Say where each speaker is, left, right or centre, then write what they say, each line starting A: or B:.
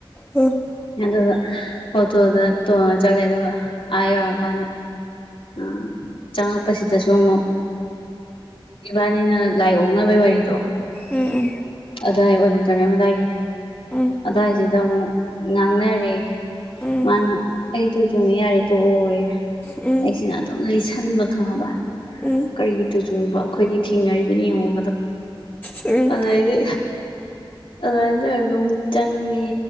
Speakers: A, on the left; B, on the left.
A: ꯎꯝ
B: ꯑꯗꯨꯒ ꯑꯣꯇꯣ ꯇꯣꯡꯉ ꯆꯠꯂꯦ ꯑꯗꯨꯒ ꯑꯣꯔ ꯀꯥꯟꯗ ꯑ ꯆꯪꯉꯛꯄꯁꯤꯗꯁꯨ ꯑꯃꯨꯛ ꯏꯕꯥꯅꯤꯅ ꯂꯥꯏ ꯑꯣꯛꯅꯕꯩ ꯋꯥꯔꯤꯗꯣ
A: ꯎꯝ
B: ꯑꯗꯥꯏ ꯑꯣꯗꯤꯇꯣꯔꯤꯌꯝ ꯑꯗꯥꯏꯒꯤ
A: ꯎꯝ
B: ꯑꯗꯥꯏꯁꯤꯗ ꯑꯃꯨꯛ ꯉꯥꯡꯅꯔꯦ
A: ꯎꯝ
B: ꯃꯥꯅ ꯑꯩꯗꯨꯨ ꯆꯣꯡꯉꯦ꯫ꯌꯥꯔꯤꯦ ꯇꯣꯛꯑꯣ ꯌꯦ
A: ꯎꯝ
B: ꯑꯩꯁꯤꯅ ꯑꯗꯨꯝ ꯂꯤꯁꯟꯕ ꯈꯪꯉꯕ
A: ꯎꯝ
B: ꯀꯔꯤꯒꯤ ꯇꯨꯖꯨꯡꯕ ꯑꯩꯈꯣꯏꯗꯤ ꯊꯦꯡꯅꯔꯤꯕꯅꯦ ꯌꯦꯡꯉꯣ
A: ꯎꯝ
B: ꯑꯗꯩꯗꯤ ꯑꯗꯨꯏꯗ ꯑꯣꯏꯔꯒ ꯑꯃꯨ ꯆꯪꯉꯦ